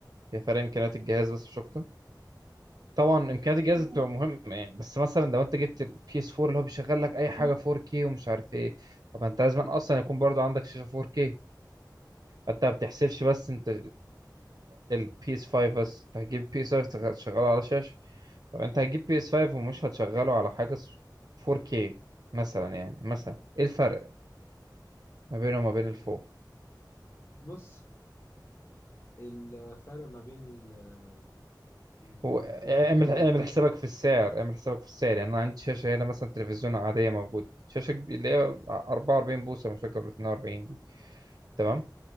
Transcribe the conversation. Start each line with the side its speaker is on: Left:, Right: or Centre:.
Right: هي فرق امكانيات الجهاز بس مش اكتر طبعا امكانيات الجهاز بتبقى مهمه يعني بس مثلا لو انت جبت البي اس 4 اللي هو بيشغل لك اي حاجه 4K ومش عارف ايه طب انت لازم اصلا يكون برضو عندك شاشه 4K انت ما بتحسبش بس انت البي اس 5 بس انت هتجيب بي اس 5 تشغله على شاشه طب انت هتجيب بي اس 5 ومش هتشغله على حاجه 4K مثلا يعني مثلا ايه الفرق ما بينه وما بين ال4
Left: بص الفرق ما بين ال- البلاي
Right: هو اعمل
Left: ستيشن 4
Right: اعمل
Left: و5
Right: حسابك في السعر اعمل حسابك في السعر يعني انا عندي شاشه هنا مثلا تلفزيون عاديه موجوده شاشه كب- اللي هي 44 بوصه مش فاكر ولا 42 دي تمام